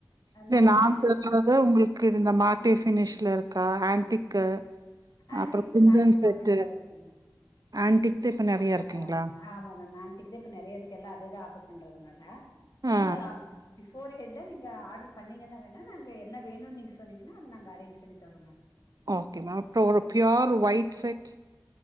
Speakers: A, on the right; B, on the left.
A: இதே
B: மேரேஜ்
A: நா
B: அன்னைக்கு
A: சொல்றது உங்களுக் க்கு இந்த மாட்டி ஃபினிஷ்ல இருக்கா ஆண்டிக்கு
B: ஆன்டிக்
A: அப்பறோ குந்தன்
B: தா மேக்சிமம்
A: செட்டு
B: இப்போ இருக்கு மேம்
A: ஆன்டிக் தா இப்ப நெறைய இருக்குங்ளா
B: ஆ ஆமா மேம் ஆண்டிக்கு தா இப்ப நெறைய இருக்கு எல்லா அதுதா ஆஃபர் பண்றதுனால நீங்க
A: ஆ
B: பிஃபோ ஃபோர் ஹெட்டா நீங்க ஆர்டர் பண்ணிங்கன்னா வேணா நாங்க என்ன வேணுன்னு நீங்க சொன்னிங்கன்னா அத நாங்க அரேஞ்ச் பண்ணி தரோ மேம்
A: ஓகே மேம் அப்றோ ஒரு பியோர் ஒயிட் செட்